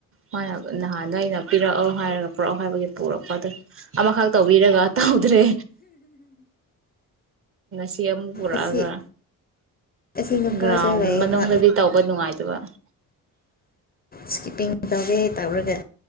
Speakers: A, on the right (about 35°); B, on the left (about 25°).
A: ꯃꯥꯅ ꯅꯍꯥꯟꯗꯣ ꯑꯩꯅ ꯄꯤꯔꯛꯑꯣ ꯍꯥꯏꯔꯒ ꯄꯨꯔꯛꯑꯣ ꯍꯥꯏꯕꯒꯤ ꯄꯨꯔꯛꯄ ꯑꯗꯨ ꯑꯃꯈꯛ ꯇꯧꯕꯤꯔꯒ ꯇꯎꯗ꯭ꯔꯦ ꯁ ꯑꯃ ꯄꯨꯔꯥꯑꯒ
B: ꯑꯁꯤ ꯑꯁꯤ ꯅꯨꯄꯥꯁꯨ
A: ꯒ꯭ꯔꯥꯎꯟ
B: ꯂꯩꯌꯦ
A: ꯃꯅꯨꯡꯗꯗꯤ
B: ꯃꯥ
A: ꯇꯧꯕ ꯅꯨꯡꯉꯥꯏꯇꯕ
B: ꯁꯀꯤꯄꯤꯡ ꯇꯧꯒꯦ ꯇꯧꯔꯒ